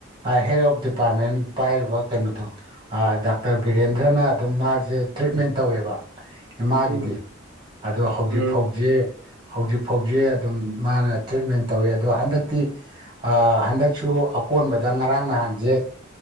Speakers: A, on the right; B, on the right.
A: ꯍꯦꯠ ꯑꯣꯐ ꯗꯤꯄꯥꯔꯠꯃꯦꯟ ꯄꯥꯏꯔꯤꯕ ꯀꯩꯅꯣꯗꯣ ꯗꯥꯛꯇꯔ ꯕꯤꯔꯦꯟꯗ꯭ꯔꯅ ꯑꯗꯨꯝ ꯃꯥꯁꯦ ꯇ꯭ꯔꯤꯠꯃꯦꯟ ꯇꯧꯋꯦꯕ ꯏꯃꯥꯒꯤꯗꯤ
B: ꯎꯝ ꯎꯝ
A: ꯑꯗꯣ ꯍꯧꯖꯤꯛ
B: ꯎꯝ
A: ꯐꯥꯎꯁꯤ ꯍꯧꯖꯤꯛ ꯐꯥꯎꯖꯤ ꯑꯗꯨꯝ ꯃꯥꯅ ꯇ꯭ꯔꯤꯠꯃꯦꯟ ꯇꯧꯋꯤ ꯑꯗꯣ ꯍꯟꯗꯛꯇꯤ ꯍꯟꯗꯛꯁꯨ ꯑꯀꯣꯟꯕꯗ ꯉꯔꯥꯡ ꯅꯍꯥꯟꯁꯦ